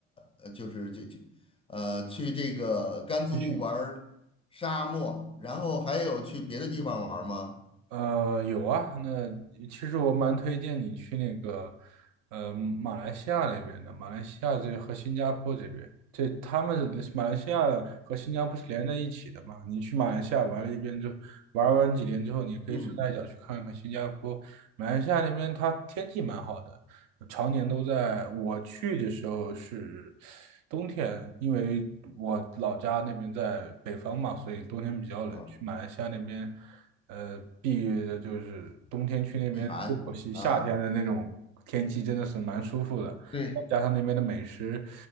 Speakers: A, on the left (about 15°); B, on the right (about 60°).
A: 呃，呃就是就这呃，去这个甘肃玩儿沙漠，
B: 继续。
A: 然后还有去别的地方玩儿吗？
B: 呃，有啊，那其实我蛮推荐你去那个，呃，马来西亚那边的，马来西亚这和新加坡这边，这他们马来西亚和新加坡是连在一起的嘛？你去马来西亚玩了一遍之后，玩完几天之后，你可以顺带脚去看看新加坡。
A: 嗯
B: 马来西亚那边它天气蛮好的，常年都在。我去的时候是冬天，因为我老家那边在北方嘛，所以冬天比较冷。
A: 嗯，
B: 去马来西亚那边。呃，避雨的就是冬天去那边，
A: 避寒啊，
B: 夏夏天的那种天气真的是蛮舒服的，
A: 对。
B: 加上那边的美食，